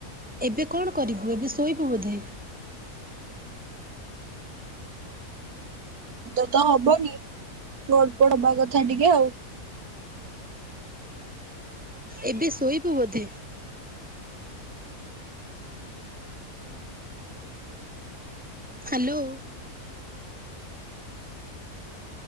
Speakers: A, in the centre; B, on the right (about 80°).
A: ଏବେ କଣ କରିବୁ ଏବେ ଶୋଇବୁ ବୋଧେ?
B: ନିଦ ତ ହବନି ଗଡ ପଡ ହେବା କଥା ଟିକେ ଆଉ।
A: ଏବେ ଶୋଇବୁ ବୋଧେ? ହ୍ୟାଲୋ।